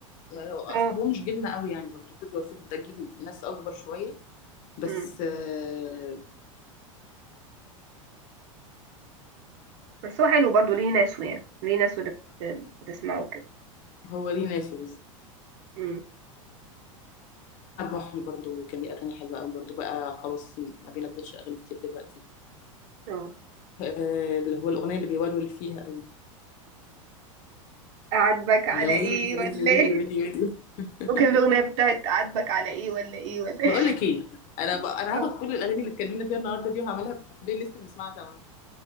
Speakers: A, on the left (about 45°); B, on the right (about 60°).
A: اصل
B: اه
A: هو مش جيلنا قوي يعني برضه جورج وسوف ده جيل ناس اكبر شويه بس
B: مم.
A: آه
B: بس هو حلو برضه ليه ناس يعني ليه ناس اللي بت- بتسمعه كده
A: هو ليه ناسه
B: مم.
A: احمد محي برضو كان ليه اغاني حلوه قوي برضو بقى خلاص ما بينزلش اغاني كتير دلوقتي
B: اه
A: آه، اللي هو الاغنيه اللي بيولول فيها قوي
B: أعاتبك على
A: يا ويلي
B: إيه
A: ويلي
B: ولا
A: ويلي
B: إيه
A: ويلي
B: <laughs>
A: ويلي <laughs>
B: وكده الأغنية بتاعت أعاتبك على إيه ولا إيه ولا
A: بقول
B: إيه
A: لك ايه انا ب... انا
B: اه
A: هاخد كل الاغاني اللي اتكلمنا فيها النهارده دي وهعملها بلاي ليست ونسمعها سوا